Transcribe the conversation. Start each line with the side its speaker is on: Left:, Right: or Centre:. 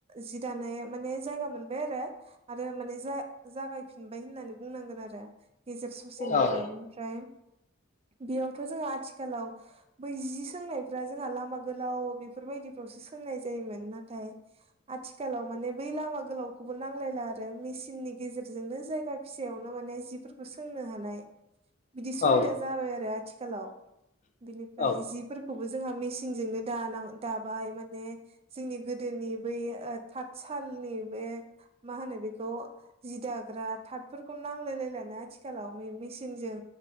Right: जि दानाय माने जायगा मोनबाय आरो। आरो माने जा जागायफिनबाय होननानै बुंनांगोन आरो गेजेर ससेनिफ्राय।
Left: औ
Right: ओमफ्राय
Left: <inaudible>
Right: बेयावथ' जोंहा आथिखालाव बै जि सोंनायफ्रा जोंहा लामा गोलाव बेफोरबायदिफ्रावसो सोंनाय जायोमोन नाथाय आथिखालाव माने बै लामा गोलावखौबो नांलायला आ रो मेचननि गेजेरजोंनो जायगा फिसायावनो माने जिफोरखौ सोंनो हानाय बिदि सुबिदा
Left: औ
Right: जाबाय आरो आथिखालाव बिनिफ्राय
Left: औ
Right: जिफोरखौबो जोंहा मेसिनजोंनो दाना दाबाय माने जोंनि गोदोनि बै थाद साल नि बे मा होनो बे खौ जि दाग्रा थाथफोरखौ नांलाय लायलानो आथिखालाव मै मिसिनजों